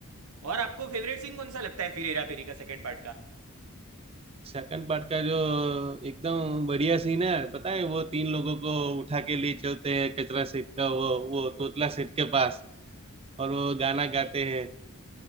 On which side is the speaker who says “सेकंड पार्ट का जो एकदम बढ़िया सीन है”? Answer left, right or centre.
Right